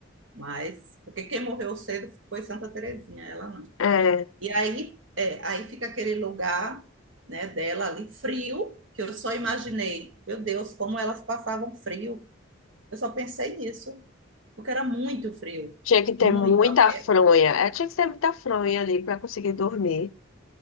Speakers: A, on the right; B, on the left.
A: Mas, porque quem morreu cedo foi Santa Terezinha, ela não.
B: é
A: E aí, é, aí fica aquele lugar, né, dela ali frio, que eu só imaginei, meu Deus, como elas passavam frio. Eu só pensei nisso, porque era muito frio,
B: Tinha que
A: muito
B: ter muita
A: a pé.
B: fronha. É, tinha que ter muita fronha ali para conseguir dormir.